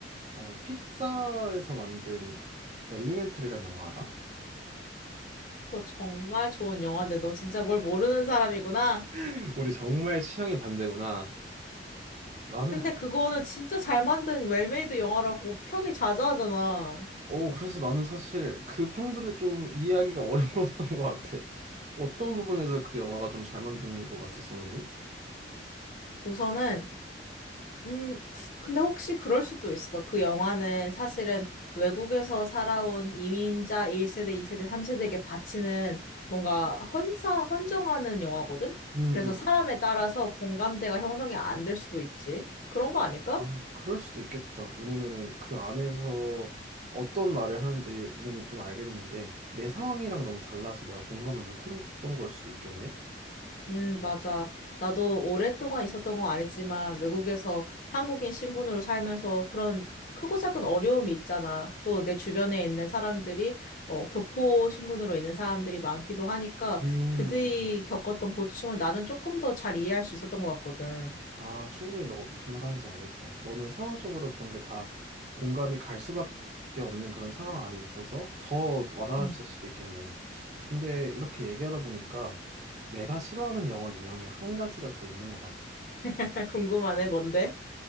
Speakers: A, on the right; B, on the left.
A: 어, 픽사에서 만든 엘리멘탈이란 영화 알아?
B: 그거 정말 좋은 영화인데 너 진짜 뭘 모르는 사람이구나.
A: <laughs> 우리 정말 취향이 반대구나. 나는
B: 근데
A: 그-
B: 그거는 진짜 잘 만든 웰메이드 영화라고 평이 자자하잖아.
A: 어 그래서 나는 사실 그 평들을 좀 이해하기가 <laughs> 어려웠던 것 같아. 어떤 부분에서 그 영화가 좀 잘 만든 것 같았어, 너는?
B: 우선은, 음, 근데 혹시 그럴 수도 있어. 그 영화는 사실은 외국에서 살아온 이민자 1세대, 2세대, 3세대에게 바치는 뭔가 헌사, 헌정하는 영화거든?
A: 응응응.
B: 그래서 사람에 따라서 공감대가 형성이 안 될 수도 있지. 그런 거 아닐까?
A: 아 그럴 수도 있겠다. 왜냐면은 그 안에서 어떤 말을 하는지는 좀 알겠는데 내 상황이랑 너무 달라서 내가 공감을 못했던 걸 수도 있겠네.
B: 음, 맞아. 나도 오랫동안 있었던 건 아니지만 외국에서 한국인 신분으로 살면서 그런 크고 작은 어려움이 있잖아. 또 내 주변에 있는 사람들이 어, 교포 신분으로 있는 사람들이 많기도 하니까
A: 음.
B: 그들이
A: 음.
B: 겪었던 고충을 나는 조금 더 잘 이해할 수 있었던 것 같거든.
A: 아, 충분히 너가 무슨 말 하는지 알겠다. 너는 상황적으로 그런 게 다 공감이 갈 수밖에 없는 그런 상황 안에 있어서 더 와닿을
B: 음.
A: 수도 있겠네. 근데 이렇게 얘기하다 보니까 내가 싫어하는 영화 유형이 한 가지가 더 있는 것 같아.
B: <laughs> 궁금하네, 뭔데?